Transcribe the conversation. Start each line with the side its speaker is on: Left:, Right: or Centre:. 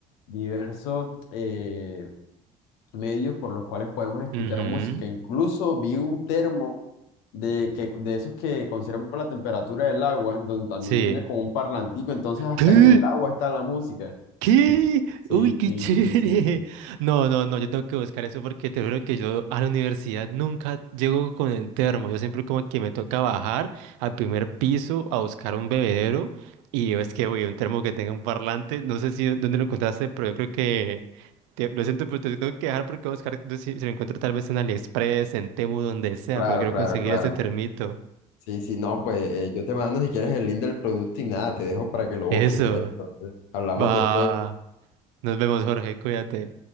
Left: diversos eh, medios por los cuales podemos escuchar
Right: Ujú,
Left: música. Incluso vi un termo de, que, de esos que conservan la temperatura del agua, donde también
Right: Sí.
Left: tiene como un parlantico, entonces hasta
Right: ¿Qué?
Left: en el agua está la música.
Right: ¿Qué?
Left: Sí,
Right: Uy, qué
Left: sí,
Right: chévere.
Left: sí, sí, sí.
Right: <laughs> No, no, no, yo tengo que buscar eso porque te juro que yo a la universidad nunca llego con el termo. Yo siempre como que me toca bajar al primer piso a buscar un bebedero y yo es que voy a un termo que tenga un parlante. No sé si dónde lo encontraste, pero yo creo que te- lo siento, pero te tengo que dejar porque voy a buscar no si, si lo encuentro tal vez en AliExpress, en Temu, donde sea,
Left: Claro,
Right: pero quiero
Left: claro,
Right: conseguir
Left: claro.
Right: ese termito.
Left: Sí, sí, no, pues eh, yo te Te mando si quieres el link del producto y nada. te dejo para que lo
Right: Eso.
Left: busques, Fred. Entonces hablamos
Right: Va.
Left: después.
Right: Nos vemos, Jorge. Cuídate.